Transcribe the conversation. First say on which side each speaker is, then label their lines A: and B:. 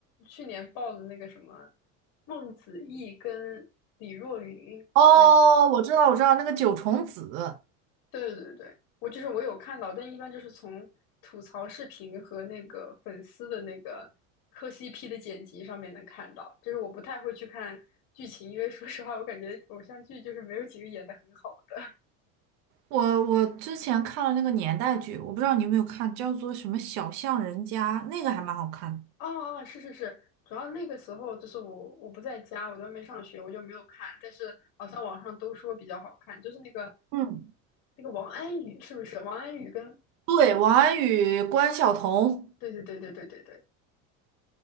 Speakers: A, on the left (about 55°); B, on the right (about 60°).
A: 去年爆的那个什么孟子义跟李若云拍的那个，
B: 哦，我知道，我知道，那个九重紫。
A: 对对对，我就是我有看到，但一般就是从吐槽视频和那个粉丝的那个磕 CP 的剪辑上面能看到，就是我不太会去看剧情，因为说实话，我感觉偶像剧就是没有几个演的很好的。
B: 我我之前看了那个年代剧，我不知道你有没有看，叫做什么《小巷人家》，那个还蛮好看的。
A: <laughs> 哦哦，是是是，主要那个时候就是我我不在家，我在外面上学，我就没有看，但是好像网上都说比较好看，就是那个
B: 嗯，
A: 那个王安宇是不是？王安宇跟
B: 对，王安宇、关晓彤，
A: 对对对对对对对，